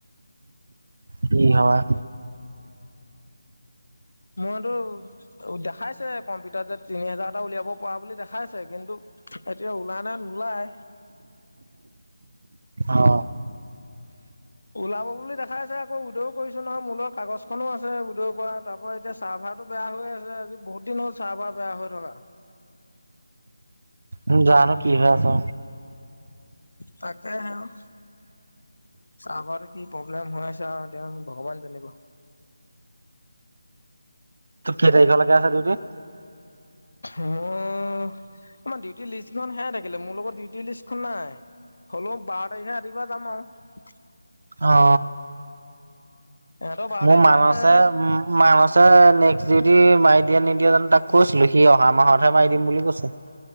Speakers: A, on the right; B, on the left.
A: কি হয়?
B: মোৰটো দেখাইছে কম্পিউটাৰ যে তিনি হাজাৰ এটা উলিয়াব পৰা বুলি দেখাইছে, কিন্তু এতিয়া ওলাই নে নোলাই?
A: অ
B: ওলাব বুলি দেখাইছে আকৌ উদ্যও কৰিছোঁ নহয় মোৰ লগত কাগজ খনো আছে উদ্যও কৰা তাৰ পৰা এতিয়া চাৰ্ভাৰ টো বেয়া হৈ আছে, আজি বহুত দিন হল চাৰ্ভাৰ বেয়া হৈ থকা।
A: উ জানো কি হৈ আছে।
B: তাকে হে অ। চাৰ্ভাৰটো কি প্ৰব্লেম হৈ আছে আও এতিয়া ভগৱানে জানিব।
A: তোৰ কি তাৰিখলেকে আছে ডিউটি?
B: মই, আমাৰ ডিউটি লিষ্টখন সেয়াই থাকিলে মোৰ লগত ডিউটি লিষ্টখন নাই। হ'লো বাৰ তাৰিখে ৰাতিপুৱা যাম আও।
A: অ
B: ইহঁতৰ বাৰ
A: মোৰ
B: তাৰিখলৈকে
A: মানছে
B: আছে
A: মান নেক্সট ডিউটি মাৰি দিয়ে নিদিয়ে জানো তাক কৈছিলো, সি অহা মাহতহে মাৰি দিম বুলি কৈছে।